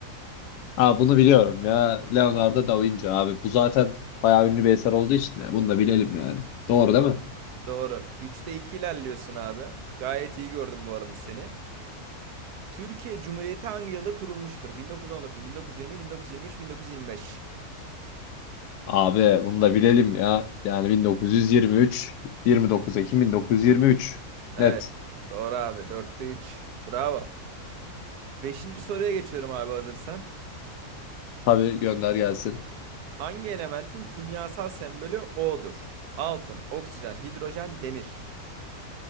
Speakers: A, on the left; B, on the right.
A: Ha bunu biliyorum ya. Leonardo da Vinci abi. Bu zaten bayağı ünlü bir eser olduğu için ya, bunu da bilelim yani. Doğru değil mi?
B: Doğru. Üçte 2 ilerliyorsun abi. Gayet iyi gördüm bu arada seni. Türkiye Cumhuriyeti hangi yılda kurulmuştur? 1919, 1920, 1923, 1925.
A: Abi bunu da bilelim ya. Yani 1923, 29 Ekim 1923.
B: Evet.
A: Net.
B: Doğru abi. Dörtte 3. Bravo. Beşinci soruya geçiyorum abi hazırsan.
A: Tabii gönder gelsin.
B: Hangi elementin kimyasal sembolü O'dur? Altın, oksijen, hidrojen, demir.